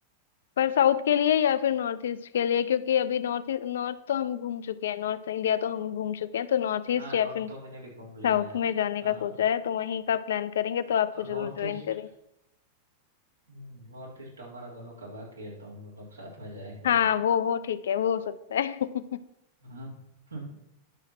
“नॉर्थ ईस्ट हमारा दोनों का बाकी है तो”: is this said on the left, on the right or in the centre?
Right